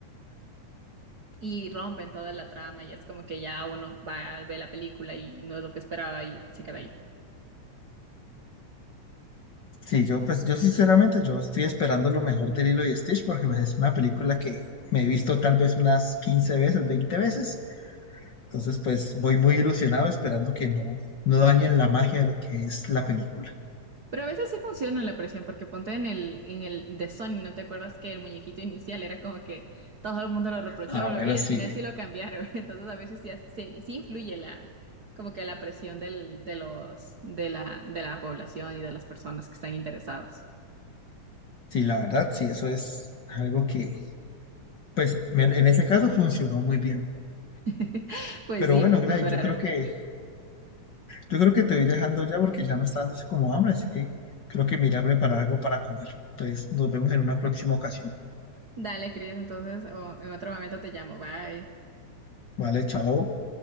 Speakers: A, on the right; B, on the left.
A: Y rompen toda la trama y es como que ya uno va a ver la película y no es lo que esperaba y se queda ahí.
B: Sí, yo pues yo sinceramente yo estoy esperando lo mejor de Lilo y Stitch porque pues es una película que me he visto tal vez unas 15 veces, 20 veces. Entonces pues voy muy ilusionado esperando que no, no dañen la magia de lo que es la película.
A: Pero a veces sí funciona la presión, porque ponte en el, en el de Sony, ¿no te acuerdas que el muñequito inicial era como que todo el mundo lo reprochó
B: Ah,
A: bro,
B: bueno,
A: y del
B: sí,
A: final sí lo cambiaron? <laughs> Entonces a veces sí, hace- sí, sí influye la, como que la presión del, de los, de la, de la población y de las personas que están interesados.
B: sí, la verdad, sí, eso es algo que pues me- en ese caso funcionó muy bien.
A: <laughs> Pues
B: Pero
A: sí,
B: bueno, Gladys,
A: mejoraron.
B: yo creo que yo creo que te voy dejando ya porque ya me está dando así como hambre, así que creo que me iré a preparar algo para comer. Entonces nos vemos en una próxima ocasión.
A: Dale, Cris, entonces o en otro momento te llamo. Bye.
B: Vale, chao.